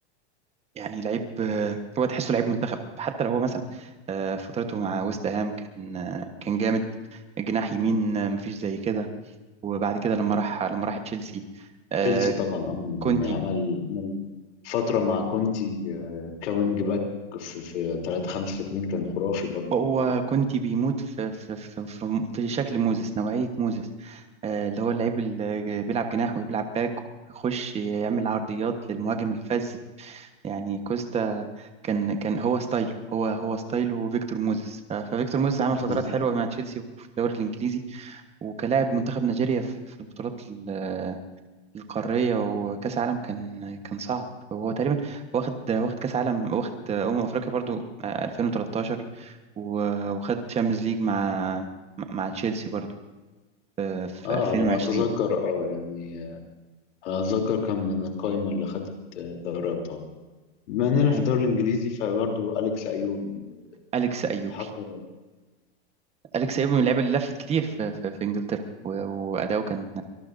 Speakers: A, on the right (about 20°); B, on the left (about 90°).
A: يعني لعيب آه، هو تحسه لعيب منتخب حتى لو هو مثلا آه، فترته مع ويست هام كان آه، كان جامد جناح يمين آه، مفيش زي كده وبعد كده لما راح لما راح تشيلسي آه،
B: تشيلسي طبعا آه،
A: كونتي
B: يعني عمل عمل فتره مع كونتي آه، كوينج باك في في 3 5 2 كان خرافي برضو
A: هو كونتي بيموت في في في في في شكل موزس نوعية موزس آه، اللي هو اللعيب اللي بيلعب جناح وبيلعب باك ويخش يعمل عرضيات للمهاجم الفذ يعني كوستا كان كان هو ستايله هو هو ستايله فيكتور موزيس ف- ففيكتور موزيس عمل
B: ممتاز.
A: فترات حلوه مع تشيلسي وفي الدوري الانجليزي وكلاعب منتخب نيجيريا في في البطولات ال- القاريه وكاس عالم كان كان صعب وهو تقريبا واخد واخد كاس عالم واخد امم افريقيا برضو آه، 2013 و- وخد تشامبيونز ليج مع مع تشيلسي برضو آه، في
B: اه
A: 2020
B: على ما اتذكر اه يعني آه، انا اتذكر كان من القايمه اللي خدت آه، دوري ابطال بما اننا
A: ده حقيقي
B: في الدوري الانجليزي فبرضه اليكس ايوب يعني
A: أليكس أيوبي
B: اتحط ولا لأ؟
A: أليكس أيوبي من اللعيبة اللي لفت كتير في, في, في إنجلترا و- وأداؤه كان